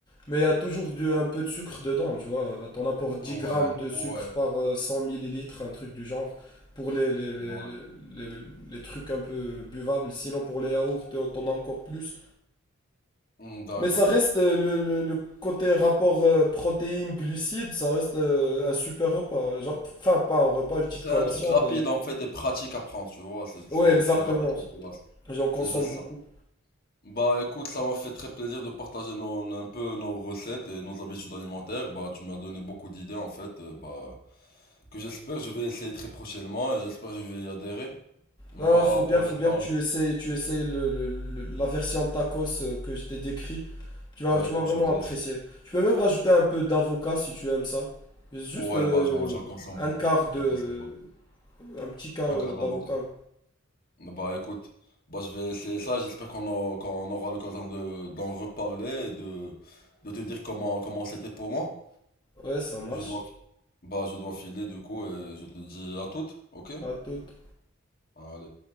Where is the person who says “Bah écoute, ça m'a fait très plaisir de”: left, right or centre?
Left